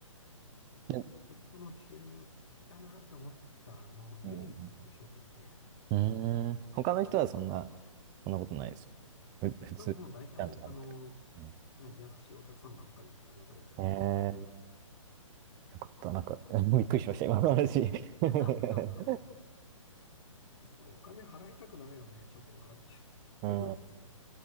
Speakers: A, on the right; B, on the left.
A: うん
B: それがあの、危険だなと思ったあの、
A: うん
B: 唯一の出来事ですね。
A: うんうーん。他の人はそんな、そんなことないです。ふ、普通、
B: まあ、もう大体、
A: ちゃんと払ってくる。
B: あの、
A: う
B: うん優しいお客さんばっかりでありがたいですね。
A: んええ、
B: はい。
A: よかった。なんか、<laughs> びっくりしました、今の話。<laughs>
B: <laughs> まあ、お金払いたくないよね。ちょっと笑っち
A: うん、
B: ゃいますけど。
A: うん、